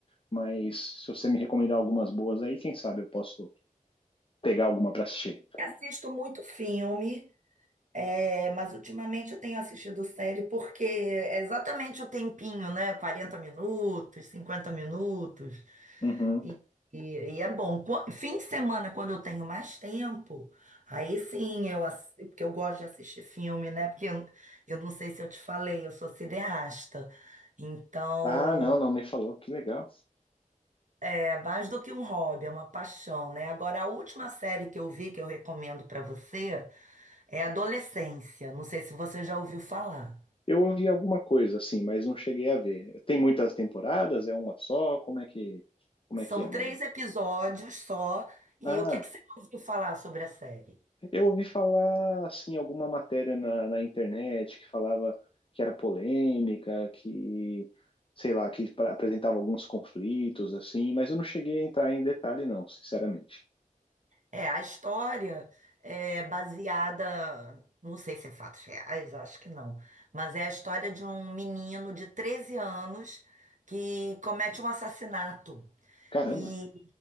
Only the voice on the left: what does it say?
Mas se você me recomendar algumas boas aí, quem sabe eu posso pegar alguma para assistir.
Uhum.
Ah, não, não me falou. Que legal.
Eu ouvi alguma coisa assim, mas não cheguei a ver. Tem muitas temporadas? É uma só? Como é que, como
é que é, mais
ou menos?
Ah,
eu ouvi falar assim alguma matéria na, na internet que falava que era polêmica, que sei lá, que pra- apresentava alguns conflitos assim, mas eu não cheguei a entrar em detalhe não, sinceramente.
Caramba.